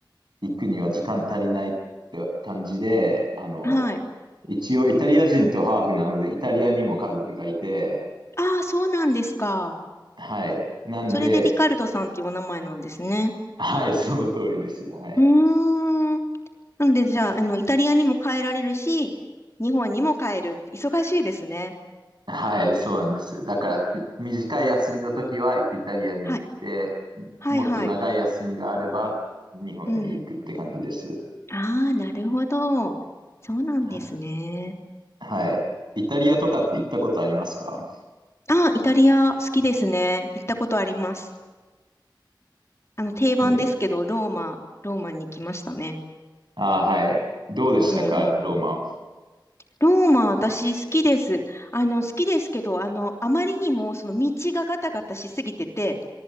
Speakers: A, on the right; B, on the left.
A: 行くには時間足りないって感じで、あの、
B: はい。
A: 一応イタリア人とハーフなので、イタリアにも家族がいて、
B: ああ、そうなんですか。
A: はい。なんで、
B: それでリカルドさんっていうお名前なんですね。
A: はい、その通りです。はい。
B: うーん。なので、じゃあ、あの、イタリアにも帰られるし、日本にも帰る。忙しいですね。
A: はい、そうなんです。だから、み短い休みの時はイタリアに行って、
B: はい、はい、
A: もっと長い休みがあれば日本に行くって感じです。
B: はい。うん。ああ、なるほど。そうなんですね。
A: ははい。イタリアとかって行ったことありますか
B: ああ、イタリア好きですね。行ったことあります。あの、定番ですけど、
A: え
B: ローマ、ローマに来ましたね。
A: あー、はい。どうでしたか、
B: うんうん。
A: ローマ。
B: ローマ、私好きです。あの、好きですけど、あの、あまりにも、その道がガタガタしすぎてて、